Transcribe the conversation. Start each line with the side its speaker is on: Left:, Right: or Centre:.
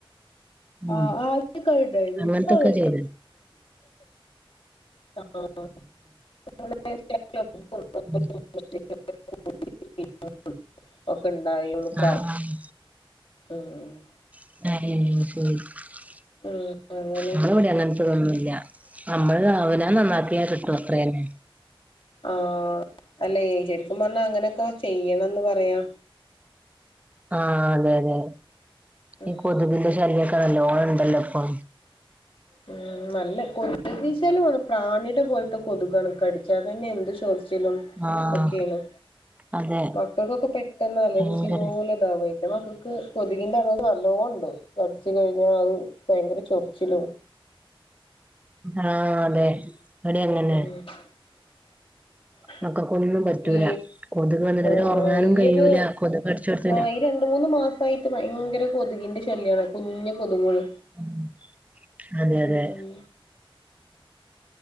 Left: ആ
Right: ഉം
Left: ആദ്യൊക്കെയുണ്ടായിരുന്നു
Right: അങ്ങനത്തൊക്കെ
Left: ഇപ്പങ്ങനെ
Right: ചെയ്തു
Left: <unintelligible> <unintelligible>
Right: മ്ഹ്
Left: <unintelligible> ഒക്കെയിണ്ടായോന്നു പറ
Right: ആഹ് ആഹ്
Left: ആഹ്
Right: <unintelligible>
Left: ഉം അങ്ങനെ
Right: നമ്മളിവിടെ അങ്ങനത്തേതൊന്നുമില്ല നമ്മള് അവനോൻ നന്നാക്കിയാ കി ട്ടും അത്രതന്നെ
Left: ആ അല്ല ഏ ശരിക്കും പറഞ്ഞാ അങ്ങനെയൊക്കെ ചെയ്യണോന്ന് പറയാ
Right: ആ അതെ അതെ
Left: ഉം
Right: ഈ കൊതുകിന്റെ ശല്യൊക്കെ നല്ലോണം ഒണ്ടല്ലോ ഇപ്പൊ
Left: മ്ഹ് നല്ല കൊതുകുശല്യാണ് പ്രാണിയുടെ പോലത്തെ കൊതുകാണ് കടിച്ചാ പിന്നെ എന്ത് ചെ ചൊറിച്ചിലും
Right: ആഹ്
Left: ഒക്കെയാണ്
Right: അതെ
Left: മക്കക്കൊക്കെ പെട്ടെന്ന് അലർജി
Right: ഭയങ്കര
Left: പോലെ എൻ്റെ മക്കക്ക് കൊതുകിന്റെ കടി നല്ലോണുണ്ട് കടിച്ച് കഴിഞ്ഞാ ഭയങ്കര ചൊറിച്ചിലും
Right: ആഹ് അതെ ഇവിടേം അങ്ങനെ
Left: ഉം <inaudible>
Right: മക്കക്കൊന്നും പറ്റൂല
Left: ഈ
Right: കൊതുക് വന്ന്
Left: ആഹ്
Right: കഴിഞ്ഞ ഒറങ്ങാനും
Left: ഈയൊരു
Right: കഴിയൂല കൊതുക് കടിച്ചടുത്തു പിന്നെ
Left: ആഹ് ഈ രണ്ട് മൂന്ന് മാസ വായിട്ട് ഭയങ്കര കൊതുകിന്റെ ശല്യാണ് കുഞ്ഞ് കൊതുകുകള്
Right: മ്ഹ് അതെ അതെ
Left: ഉം